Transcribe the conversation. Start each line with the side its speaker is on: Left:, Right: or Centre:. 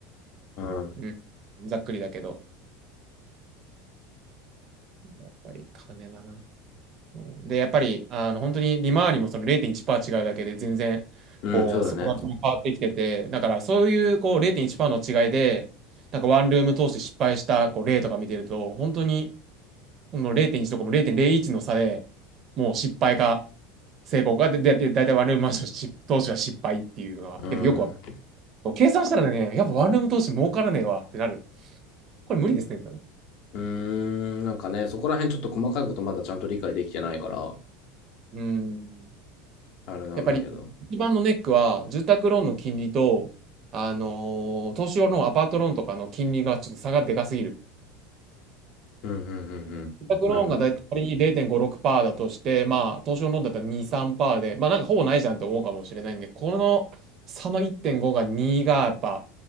Left: うん。
Right: うん。ざっくりだけど、やっぱり金だな。うん、で、やっぱり、あの、本当に利回りもその0.1%違うだけで、全然、
Left: うん、
Right: こう、
Left: そうだね。
Right: 総額も変わってきてて、だからそういう、こう、0.1%の違いで、なんかワンルーム投資失敗したこう例とか見てると、本当に、この0.1とかも0.01の差でもう失敗が成功が、で、で、で、だいたいワンルームマンションし投資は失敗っていうのは、
Left: うん。
Right: やっぱよくわかる。計算したらね、やっぱワンルーム投資儲からねえわってなる。これ無理ですね、多分。
Left: うーん、なんかね、そこら辺ちょっと細かいことまだちゃんと理解できてないから、
Right: うーん。
Left: あれなんだけど。
Right: やっぱり一番のネックは、住宅ローンの金利と、あのー投資用ローンアパートローンとかの金利がちょっと差がでかすぎる。
Left: うん、うん、うん、うん。
Right: 住宅ローンがだいたい仮に0.56%
Left: なるほど。
Right: だとして、まあ、投資のローンだったら2、3%で、まあ、なんかほぼないじゃんって思うかもしれないんで、この差の1.5が2がやっぱ、